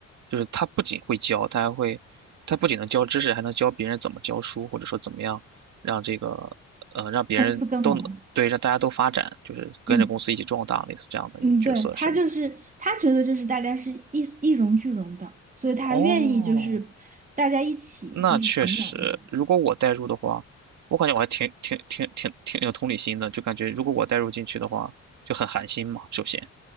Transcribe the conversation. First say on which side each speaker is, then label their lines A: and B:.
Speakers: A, on the right (about 70°); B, on the right (about 25°).
A: 就是他不仅会教，他还会，他不仅能教知识，还能教别人怎么教书，或者说怎么样让这个，呃，让别人都能，
B: 公司更好吗？
A: 对，让大家都发展，就是跟着公司一起壮大，
B: 嗯
A: 类似这样的一个角色，
B: 嗯，对，他就是他觉得就是大家是一一荣俱荣的，
A: 是吗？
B: 所以他愿意就是大家一起就是成长那种。
A: 哦，那确实，如果我代入的话，我感觉我还挺挺挺挺挺有同理心的，就感觉如果我代入进去的话，就很寒心嘛，首先，